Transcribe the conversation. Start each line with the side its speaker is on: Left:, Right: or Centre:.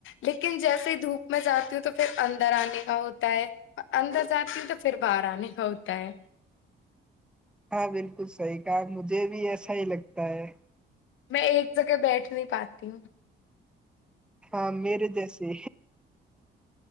Left: لیکن جیسے ہی دھوپ میں جاتی ہوں تو پھر اندر آنے کا ہوتا ہے اندر سات نہیں تو پھر باہر آ نہیں ہو <unintelligible>
Centre: ہاں بالکل صحیح کہ مجھے بھی ایسا ہی لگتا ہے
Left: میں ایک جگہ بیٹھ نہیں پاتی ہوں
Centre: ہاں میر جیسی